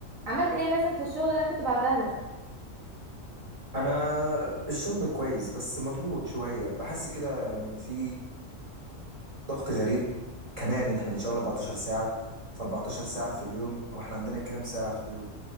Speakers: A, on the right; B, on the right.
A: عملت ايه مثلا في الشغل اللي انا كنت بعتها لك
B: انا الشغل كويس بس مضغوط شويه بحس كده ان في ضغط غريب كمان ان احنا بنشتغل 14 ساعه ف 14 ساعه في اليوم واحنا عندنا كام ساعه في اليوم